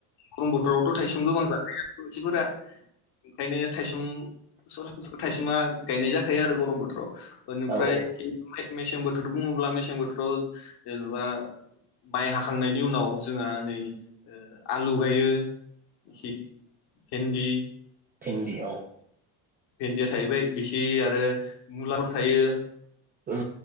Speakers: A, on the left; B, on the right.
A: गरम बोथोरावथ' थाइसं गोबां जाख मानसिफोरा ओंखायनो थाइसुम सरस थाइसुमा गायनाय जाखायो आरो गरम बोथोराव। ओनोफ्राय
B: औ
A: मेसें बोथोर बुङोब्ला मेसें बोथोराव जेनेबा माइ हाखांनायनि उनाव जोंहा नै आलु गायो। एसे भिन्दी।
B: भिनदी औ।
A: भिन्दिया थाहैबाय बिखि आरो मुलाफोर थायो।
B: ओ।